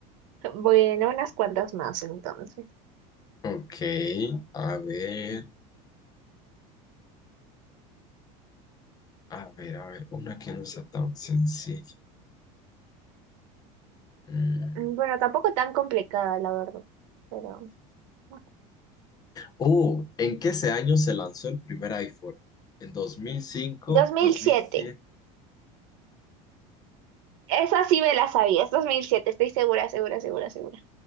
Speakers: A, on the right; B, on the left.
A: Bueno, unas cuantas más entonces.
B: Ok, a ver, a ver, a ver, una que no sea tan sencilla. Mm.
A: Ujú. Bueno, tampoco tan complicada, la verdad. Pero. bueno.
B: Oh, ¿en qué ese año se lanzó el primer iPhone? ¿En dos dos mil cinco,
A: 2007.
B: dos mil siete.
A: Esa sí me la sabía. Es 2007. Estoy segura, segura, segura, segura.